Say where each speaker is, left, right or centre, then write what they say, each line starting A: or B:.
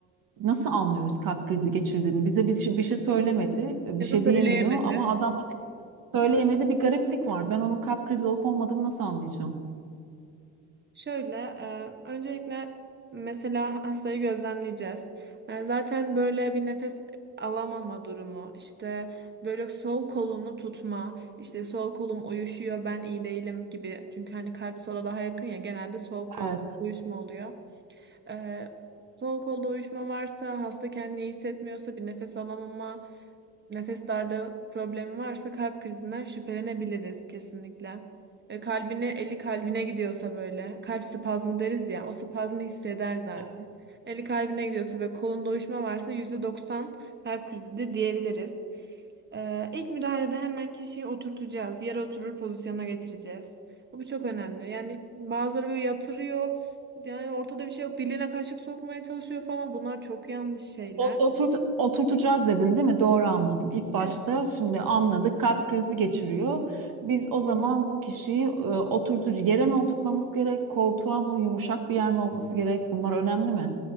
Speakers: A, on the right (about 60°); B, on the right (about 25°).
A: Nasıl anlıyoruz kalp krizi geçirdiğini? Bize bir şey, bir şey söylemedi, bir
B: ya
A: şey
B: da söyleyemedi.
A: diyemiyor ama adam söyleyemedi bir gariplik var. Ben onun kalp krizi olup olmadığını nasıl anlayacağım?
B: Şöyle, e, öncelikle mesela hastayı gözlemleyeceğiz. E, zaten böyle bir nefes alamama durumu, işte böyle sol kolunu tutma, işte sol kolum uyuşuyor, ben iyi değilim gibi. Çünkü hani kalp sola daha yakın ya genelde sol kol
A: Evet.
B: uyuşma oluyor. Ee, sol kolda uyuşma varsa, hasta kendini iyi hissetmiyorsa, bir nefes alamama, nefes darlığı problemi varsa kalp krizinden şüphelenebiliriz kesinlikle. Ee, kalbine, eli kalbine gidiyorsa böyle, kalp spazmı deriz ya, o spazmı hisseder zaten.
A: Evet.
B: Eli kalbine gidiyorsa ve kolunda uyuşma varsa %90 kalp krizidir diyebiliriz. Ee, ilk müdahalede hemen kişiyi oturtacağız. Yere oturur pozisyona getireceğiz. Bu çok önemli. Yani bazıları böyle yatırıyor. Yani ortada bir şey yok. Diline kaşık sokmaya çalışıyor falan. Bunlar çok yanlış şeyler.
A: O- Oturt, oturtacağız dedin değil mi? Doğru anladım. İlk başta
B: Evet.
A: şimdi anladık kalp krizi geçiriyor. Biz o zaman bu kişiyi e, oturtucu yere mi oturtmamız gerek? Koltuğa mı yumuşak bir yer mi olması gerek? Bunlar önemli mi?